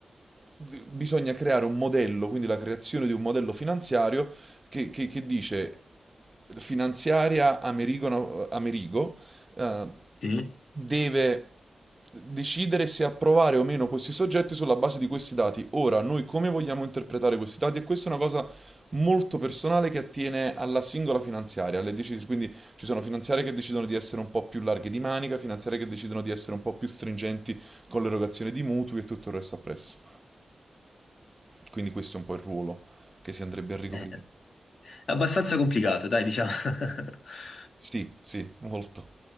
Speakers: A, on the right (about 20°); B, on the left (about 65°).
A: d- bisogna creare un modello, quindi la creazione di un modello finanziario che, che- che dice finanziaria Amerigo, Amerigo eh,
B: Sì.
A: deve decidere se approvare o meno questi soggetti sulla base di questi dati. Ora, noi come vogliamo interpretare questi dati? E questa è una cosa molto personale che attiene alla singola finanziaria, alle decisioni. Quindi ci sono finanziarie che decidono di essere un po' più larghe di manica, finanziarie che decidono di essere un po' più stringenti con l'erogazione di mutui e tutto il resto appresso. Quindi questo è un po' il ruolo che si andrebbe a ricoprire.
B: Eh, è abbastanza complicato, dai, diciamo. <laughs>
A: Sì, sì, molto.